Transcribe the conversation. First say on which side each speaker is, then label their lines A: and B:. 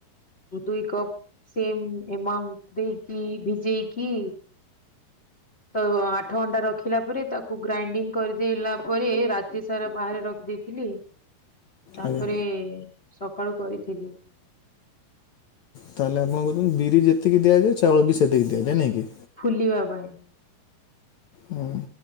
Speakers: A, on the left; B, on the left.
A: ଦୁଇ କପ୍। ସେମ୍ ଏମାଉଣ୍ଟ ଦେଇକି ଭିଜେଇକି ତ ଆଠ ଘଣ୍ଟା ରଖିଲା ପରେ ତାକୁ ଗ୍ରାଇଣ୍ଡିଙ୍ଗ କରିଦେଲା ପରେ ରାତି ସାରା ବାହାରେ ରଖିଦେଇ ଥିଲି ତାପରେ
B: ଆଜ୍ଞା
A: ସକାଳୁ କରିଥିଲି।
B: ତାହେଲେ ଆପଣ କହୁଛନ୍ତି ବିରି ଯେତିକି ଦିଆଯାଏ ଚାଉଳ ବି ସେତିକି ଦିଆଯାଏ ନାଇଁ କି?
A: ଫୁଲିବା ପାଇଁ।
B: ହୁଁ।